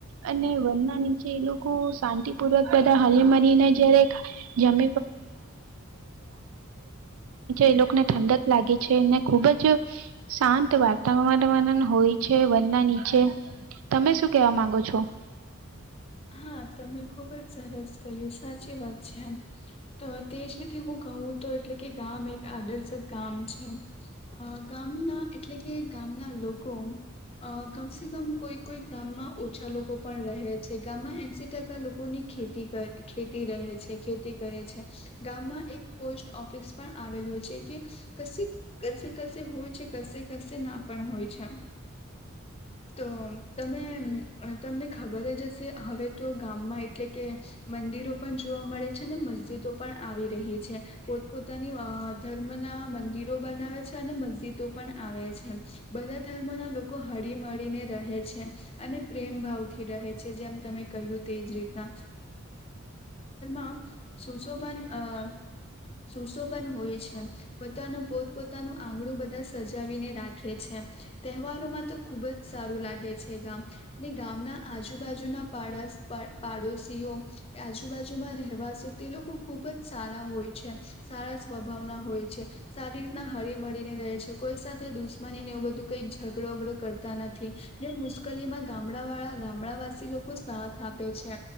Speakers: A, on the right; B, on the left.
A: અને વનના નીચે એ લોકો શાંતિપૂર્વક બધા હરી મરીને જયારે જમ એ લોકોને ઠંડક લાગે છે અનેને ખુબ જ શાંત વાતાવરણ હોય છે વનના નીચે તમે શું કેવા માંગો છો
B: હા તમે ખુબ જ સરસ કહ્યું સાચી વાત છે એમ તો તે જ રે કેવું કહું તો એટલે કે ગામ એક આદર્શક ગામ છે ગામના એટલે કે ગામના લોકો કમસે કમ કોઈ કોઈ ગામમાં ઓછા લોકો પણ રહે છે. ગામમાં એસી ટકા લોકોની ખેતી ખેતી રહે છે ખેતી કરે છે ગામમાં એક પોસ્ટ ઓફિસ પણ આવેલું છે કે કશે કશે કશે હોય છે ક કશે હોય છે તો તમે તમને ખબર જ હવે તો ગામમાં એટલે કે મંદિરો પણ જોવા મળે છે ને મસ્જિદો પણ આવી રહી પોત પોતાની ધર્મ ના મંદિરો. બધા ધર્મો ના લોકો હળી મળીને રહે છે અને પ્રેમ ભાવથી રહે છે જ્યાં હમ સુસો પણન હોય છે પોતાનું પોત પોોતાનું આંગણું બધા સજાવીને રાખે છે તહેવારોમાં તો ખુબ જ સારું લાગે છે ગામ ને ગામના આજુ આજુબાજુના પાડોશીઓ આજુબાજુમાં રહેવાસો તે લોકો ખુબ જ સારા હોય છે સારા સ્વભાવના હોય છે સારી રીતના હળી મળળીને રહે છે કોઈ સાથે દુશ્ની ને એવું બધું કઈક ઝઘડોગડો કરતા નથી ને મુશ્કેલીમાં ગામડા વાળા ગામડાવાસી લોકો સાથ આપે છે